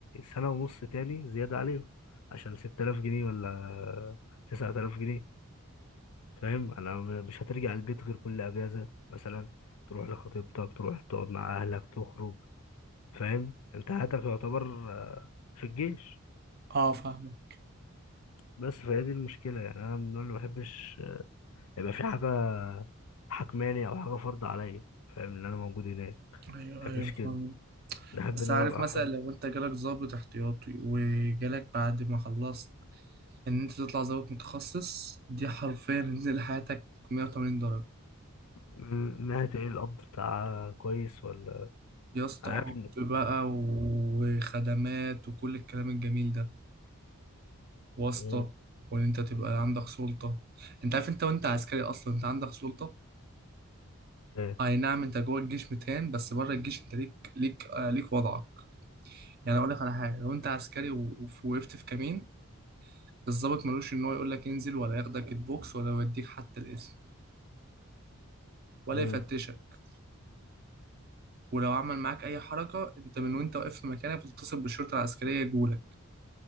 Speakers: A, on the left; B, on the right.
A: سنه ونص تاني زياده عليهم عشان 6000 جنيه ولا 9000 جنيه فاهم انا م- مش هترجع البيت غير كل اجازه مثلا تروح لخطيبتك تروح تقعد مع اهلك تخرج فاهم انت حياتك يعتبر آه، في الجيش
B: اه فاهمك
A: بس فهي دي المشكله يعني انا من النوع اللي ما بحبش آه، يبقى في حاجه حكماني او حاجه فرض عليا فاهم ان انا موجود هناك ما
B: ايوه
A: بحبش
B: ايوه فاهم
A: كده بحب
B: بس
A: ان
B: عارف
A: انا ابقى
B: مثلا
A: حر
B: لو انت جالك ضابط احتياطي وجالك بعد ما خلصت ان انت تطلع ضابط متخصص دي حرفيا نزل حياتك 180 درجة
A: م- ناحيه ايه الاب بتاع كويس ولا
B: يا اسطى
A: أنا
B: اب
A: عارف ان
B: بقى وخدمات وكل الكلام الجميل ده واسطة
A: مم،
B: وان انت تبقى عندك سلطة انت عارف انت وانت عسكري اصلا انت عندك سلطة
A: فاهم.
B: اي نعم انت جوه الجيش 200 بس بره الجيش انت ليك ليك آه ليك وضعك يعني اقول لك على حاجه لو انت عسكري و- ووقفت في كمين الضابط ملوش ان هو يقول لك انزل ولا ياخدك البوكس ولا يوديك حتى القسم ولا
A: مم.
B: يفتشك ولو عمل معاك اي حركه انت من وانت واقف في مكانك بتتصل بالشرطه العسكريه يجولك